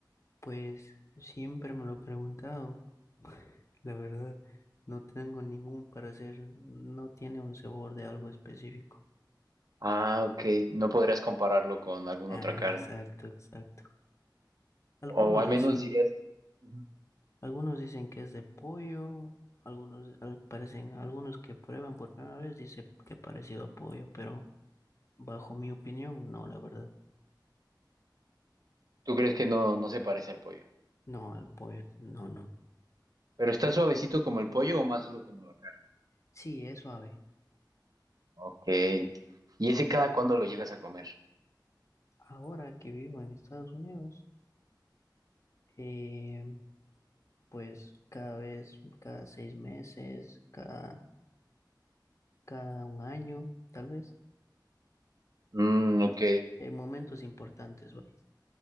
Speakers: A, on the left (about 40°); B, on the right (about 50°).
A: Pues siempre me lo he preguntado, <laughs> la verdad. No tengo ningún parecer, no tiene un sabor de algo específico.
B: Ah, ok, no podrías compararlo con alguna
A: Ah,
B: otra carne.
A: exacto, exacto. Algunos
B: O al
A: dicen
B: menos dirías que ujú,
A: Algunos dicen que es de pollo, algunos al- parecen, algunos que prueban por primera vez dice que parecido a pollo, pero bajo mi opinión, no, la verdad.
B: tú crees que no, no se parece al pollo.
A: No, al pollo, no, no.
B: Pero está suavecito como el pollo o más duro como la carne.
A: Sí, es suave.
B: Ok. ¿Y ese cada cuándo lo llegas a comer?
A: Ahora que vivo en Estados Unidos, eh, pues cada vez, cada seis meses, cada, cada un año, tal vez,
B: Mm, ok.
A: en momentos importantes, vaya.